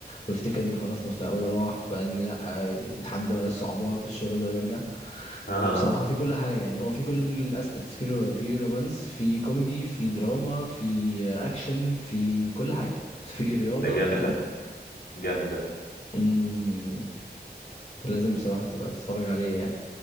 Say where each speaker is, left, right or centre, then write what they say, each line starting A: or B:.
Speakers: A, on the left; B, on the left.
A: ويفتكر ان خلاص مستقبله راح بقى ان لا يتحدى بقى الصعوبات والشغل ده ويرجع
B: اه
A: بصراحة في كل حاجة يعني هو في كل الاسبكتس في رو في رومانس في كوميدي في دراما في اكشن في كل حاجة في رياضة
B: ده جامد
A: فاهم
B: ده جامد ده
A: مم. لازم بصراحة تبقى تتفرج عليه يعني